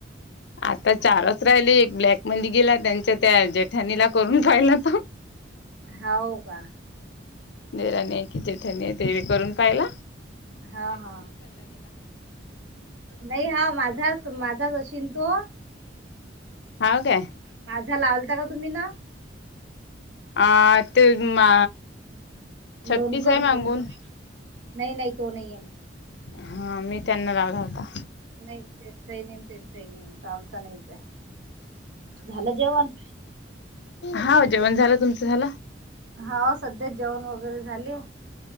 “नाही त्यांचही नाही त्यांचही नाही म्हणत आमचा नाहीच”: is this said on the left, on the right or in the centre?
Right